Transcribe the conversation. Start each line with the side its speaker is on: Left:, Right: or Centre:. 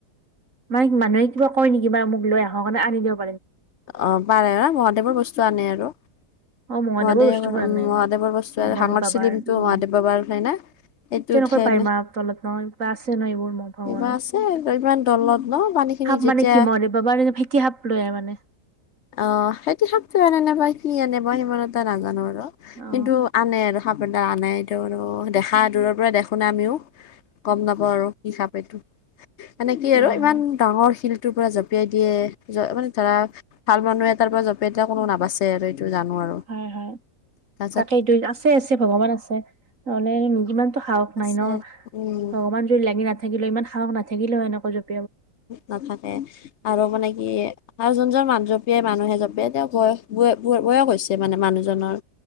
Right: <unintelligible> মানুহে কিবা কৈ নেকি বা মোক লৈ আহক বা আনি দিয়ক।
Left: অ', পাৰে ন' মহাদেৱৰ বস্তু আনে আৰু।
Right: অ', মহাদেৱৰ
Left: মহাদেৱ
Right: বস্তুবোৰ
Left: উম,
Right: আনে
Left: মহাদেৱৰ বস্তু
Right: মানে
Left: হাঙৰ
Right: বাবাৰ
Left: চিলিমটো
Right: উম,
Left: মহাদেৱ বাবাৰ হয় না সেইটো
Right: কেনেকৈ
Left: উঠাই
Right: পাই
Left: আনে
Right: মা তলত ন' বা ন এইবোৰ মোৰ ভগৱানৰ,
Left: কিবা আছে আৰু ইমান দলত ন পানী খিনি
Right: সাপ
Left: যেতিয়া
Right: মানে কি মহাদেৱ বাবায়ে ভেতি সাপ লৈ আ মানে।
Left: অ', সেইটো থাকতোৱ শক্তি এনে নাপাই। কি আনে মই সিমান এটা নাজানো আৰু
Right: অ
Left: কিন্তু আনে আৰু। সাপ এতা আনে ইতো আৰু দেখা দূৰৰ পৰা দেখু ন আমিও গম নাপাওঁ। হব আৰু হিচাপ এটো এনেকে
Right: হয়
Left: আৰু ইমান
Right: হয়
Left: ডাঙৰ শিল টো পৰা জঁপিয়াই দিয়ে, মানে ধৰা ভাল মানুহে এটাৰ পৰা জপিয়াই দিয়া কোনো নাবাচে আৰু। এইটো জানো আৰু
Right: হয়, হয়,
Left: তাৰপিছত
Right: তাকে দুই আছে আছে ভগৱান আছে নহলে ইমানতটো সাহস
Left: আছে
Right: নাই ন'
Left: উম
Right: ভগৱান যদি লাগি নাথাকিলে হয়, ইমান সাহস নাথাকিলে হয় এনেকা
Left: নাথাকে আৰু মানে কি আৰু যোনজন মান জপিয়াই মানুহে জপিয়ে তেওঁ বয়স বয় বয়স হৈছে মানে মানুহজনৰ।